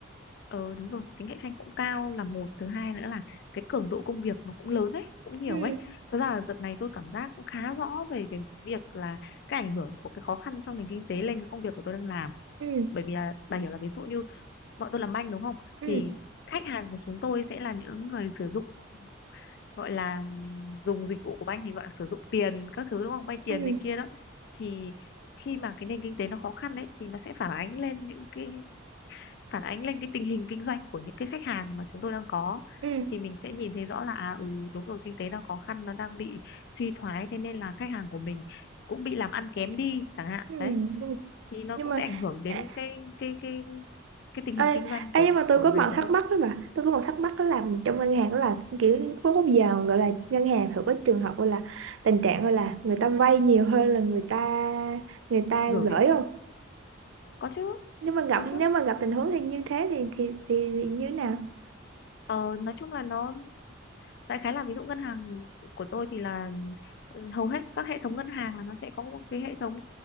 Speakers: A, on the left; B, on the right.
A: ờ đúng rồi tính cạnh tranh cũng cao là một thứ hai nữa là cái cường độ công việc nó cũng lớn ấy cũng nhiều
B: ừ
A: ấy thật ra là đợt này tôi cảm giác cũng khá rõ về cái việc là cái ảnh hưởng của cái khó khăn trong nền kinh tế lên cái công việc của tôi đang làm
B: ừ
A: bởi vì là bà hiểu là ví dụ như bọn tôi làm banh đúng không
B: ừ
A: thì khách hàng của chúng tôi sẽ là những người sử dụng gọi là dùng dịch vụ của banh thì gọi là sử dụng tiền các thứ đúng không vay tiền
B: ừ
A: này kia đó thì khi mà cái nền kinh tế nó khó khăn đấy thì nó sẽ phản ánh lên những cái phản ánh lên cái tình hình kinh doanh của những cái khách hàng mà chúng tôi đang có
B: ừ
A: thì mình sẽ nhìn thấy rõ là à, ừ đúng rồi kinh tế đang khó khăn nó đang bị suy thoái thế nên là khách hàng của mình cũng bị làm ăn kém đi chẳng hạn
B: ừ
A: đấy
B: đúng
A: thì nó
B: nhưng
A: cũng
B: mà
A: sẽ ảnh hưởng đến
B: ê,
A: cái cái cái cái tình
B: ê,
A: hình kinh doanh
B: ê,
A: của
B: nhưng mà tôi
A: của
B: có
A: ngành
B: một
A: chúng
B: thắc
A: tôi
B: mắc đó mà tôi có một thắc mắc đó là trong ngân hàng đó là kiểu có bao giờ gọi là ngân hàng thường có trường hợp gọi là tình trạng gọi là người ta vay nhiều hơn là người ta người ta
A: gửi
B: gửi không
A: có chứ
B: nếu mà gặp
A: có chứ
B: nếu mà gặp tình huống thì như thế thì thì thì, thì như thế nào
A: ờ, nói chung là nó đại khái là ví dụ ngân hàng của tôi thì là ừ, hầu hết các hệ thống ngân hàng là nó sẽ có một cái hệ thống